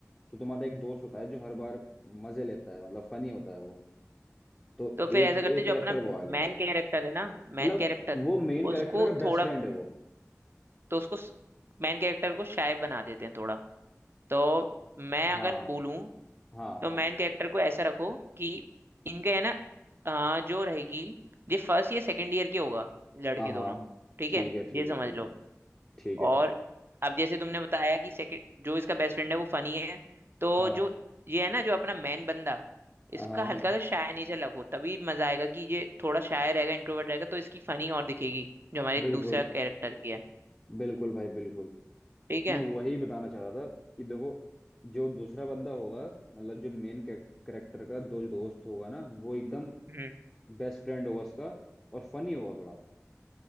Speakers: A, on the left (about 20°); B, on the right (about 45°).
A: तो तुम्हारा एक दोस्त होता है जो हर बार मजे लेता है मतलब फनी होता है वो तो
B: तो
A: एक
B: फिर ऐसा करते
A: एक
B: जो
A: करेक्टर
B: अपना
A: वो आ गया
B: मैन कैरेक्टर है ना मैन
A: मतलब
B: कैरेक्टर
A: वो मेन करेक्टर
B: उसको
A: का
B: थोड़ा
A: बेस्ट फ्रेंड है वो
B: तो उसको मैन कैरेक्टर को शाय बना देते हैं थोड़ा तो मैं
A: हाँ
B: अगर बोलूं
A: हाँ
B: तो
A: हाँ
B: मैन कैरेक्टर को ऐसा रखो कि इनके है ना अ, जो रहेगी ये फर्स्ट या सेकंड ईयर के होगा लड़के
A: हाँ
B: दोनों ठीक
A: ठीक
B: है
A: है ठीक
B: ये समझ
A: है ठीक
B: लो
A: है ठीक है
B: और अब जैसे तुमने बताया कि सेकंड जो इसका बेस्ट फ्रेंड है वो फनी है तो
A: हाँ
B: जो ये है ना जो अपना मैन बंदा इसका
A: हाँ
B: हल्का सा शाय नेचर लगो तभी मजा आएगा कि ये थोड़ा शाय रहेगा इंट्रोवर्ट रहेगा तो इसकी फनी और दिखेगी जो हमारे दूसरा
A: बिल्कुल
B: कैरेक्टर की है
A: बिल्कुल भाई बिल्कुल
B: ठीक
A: तो
B: है
A: मैं वही बताना चाह रहा था कि देखो जो दूसरा बंदा होगा मतलब जो मेन कैरेक्टर का दो दोस्त होगा ना वो एकदम
B: हम्म
A: बेस्ट फ्रेंड होगा उसका और फनी होगा थोड़ा